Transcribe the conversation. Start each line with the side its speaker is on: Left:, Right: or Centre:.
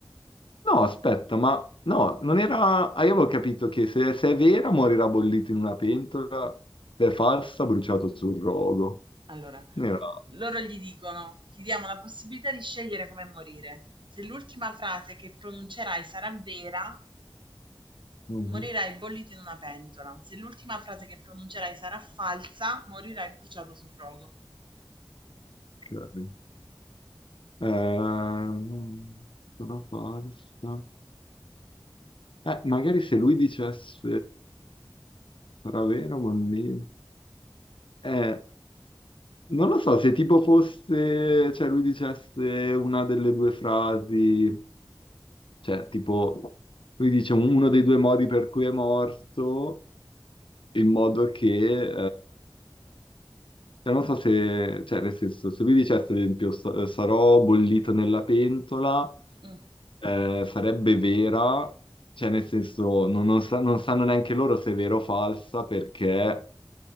Left: No, aspetta, ma no, non era, ah, io avevo capito che se, se è vera morirà bollito in una pentola, se è falsa bruciato sul rogo,
Right: Allora,
Left: non era...
Right: loro gli dicono, ti diamo la possibilità di scegliere come morire. Se l'ultima frase che pronuncerai sarà vera,
Left: Mhm.
Right: morirai bollito in una pentola. Se l'ultima frase che pronuncerai sarà falsa, morirai bruciato sul rogo.
Left: Ok. Ehm, sono falsa. Eh, magari se lui dicesse sarà vero, bambino. Eh, non lo so, se tipo fosse, cioè lui dicesse una delle due frasi, cioè tipo, lui dice uno dei due modi per cui è morto, in modo che, eh, cioè, non so se, cioè, nel senso, se lui dicesse, ad esempio, "Sa- sarò bollito nella pentola,
Right: Mm.
Left: eh, sarebbe vera, cioè, nel senso, non, non sa- non sanno neanche loro se è vera o falsa, perché,